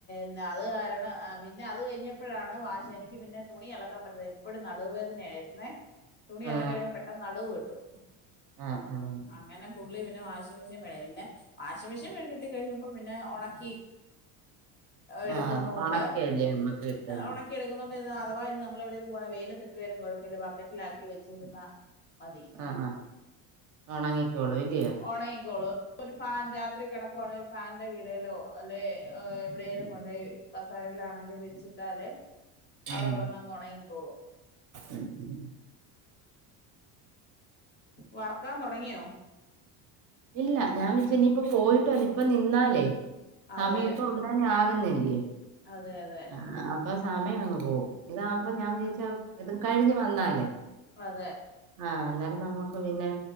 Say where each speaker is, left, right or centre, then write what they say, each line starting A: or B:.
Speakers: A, on the left; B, on the right.
A: ന്നെ. അത് കാരണം പിന്നെ അത് കഴിഞ്ഞപ്പോഴാണ് വാശ എനിക്ക് പിന്നെ. തുണി അലക്കാൻ പറ്റില്ല. എപ്പഴും, നടുവേദനായിരുന്നേ? തുണിഅലക്കി
B: ആ
A: കഴിയുമ്പോ പെട്ടെന്ന് നടുവ വെട്ടും.
B: ആ ആ
A: അങ്ങനെ പുള്ളി പിന്നെ വാഷിം മെഷീൻ മെടി പിന്നെ വാഷിംഗ് മെഷീൻ കിട്ടി കഴിഞ്ഞപ്പോ പിന്നെ ഉണക്കി എടുക്കുന്നുണ്ട്.
B: ആ ഒണക്കയല്ലേ നമ്മക്ക് കിട്ടുന്നെ
A: ഉണക്കി എടുക്കുന്നു അഥവാ ഇനി നമ്മെളെ വിടെങ്കിലും പോവാണെങ്കി വെയിലട്ടിത്തിട്ടില്ലെലും കെഴപ്പെല്ല ബക്കറ്റിലാക്കി വെച്ചിരുന്നാ... മതി
B: ആണ. ഉണങ്ങിക്കോളൂ, ഇല്ലയോ?
A: ഉണങ്ങിക്കോളും ഒരു ഫാദ് രാത്രി കിടക്കുവാണെങ്കിൽ ഫാന്റെ കീഴെലോ അല്ലെ എവിടെലും കൊണ്ടയ്.. കസ ലേലാണെങ്കിൽ ആണെങ്കിൽ വിരിച്ചിട്ടാല് അവിടെ
B: ഉം
A: കിടന്നങ്ങ് ഉണങ്ങിക്കോളും
B: ഉം ഉം.
A: വറക്കാൻ തുടങ്ങിയോ...
B: ഇല്ല ഞാൻ നിപ്പോനി പോയിട്ടു ഇപ്പ നിന്നാലേ സമയം
A: അതെ
B: ഇപ്പം ഞാ... <unintelligible>
A: അതെ അതെ
B: <unintelligible> അപ്പൊ സമയങ്ങ് പോവും ഇതാബം ഞാൻ <unintelligible> ഇതും കഴിഞ്ഞ് വന്നാലേ
A: അതെ
B: ആ അന്നേരം നമുക്ക് പിന്നെ